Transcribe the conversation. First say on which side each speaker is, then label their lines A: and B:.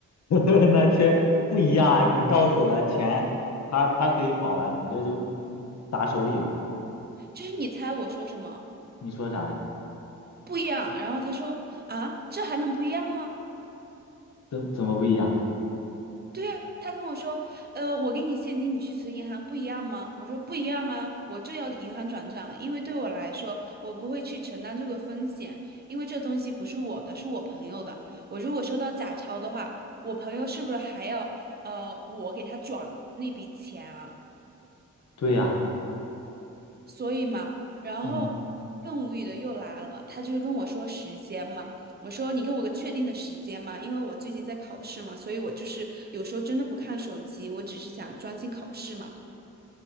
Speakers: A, on the left; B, on the right.
A: <laughs> 那却不一样啊。你到手了钱，他他可以跑了，你这就砸手里了。
B: 就是你猜我说什么？
A: 你说啥呀？
B: 不一样。然后他说：“啊，这还能不一样吗？”
A: 怎怎么不一样？
B: 对啊，他跟我说，呃，我给你现金，你去存银行不一样吗？我说不一样啊，我就要银行转账，因为对我来说，我不会去承担这个风险，因为这东西不是我的，是我朋友的。我如果收到假钞的话，我朋友是不是还要呃我给他转那笔钱啊？
A: 对呀，
B: 所以嘛，然后更无语的又来了，
A: 嗯，
B: 他就是跟我说时间嘛，我说你给我个确定的时间嘛，因为我最近在考试嘛，所以我就是有时候真的不看手机，我只是想专心考试嘛。